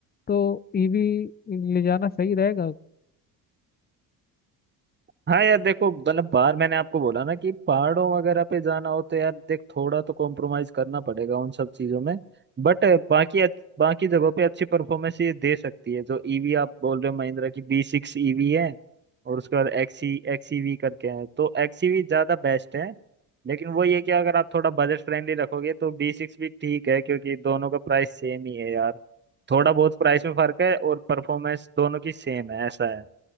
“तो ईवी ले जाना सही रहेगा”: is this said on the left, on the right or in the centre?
Left